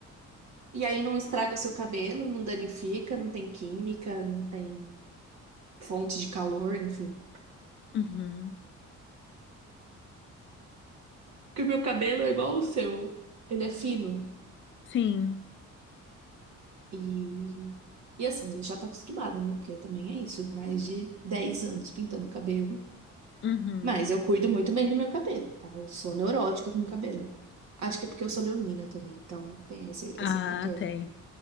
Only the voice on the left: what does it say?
uhum.
Sim,
uhum.
Ah,
tem.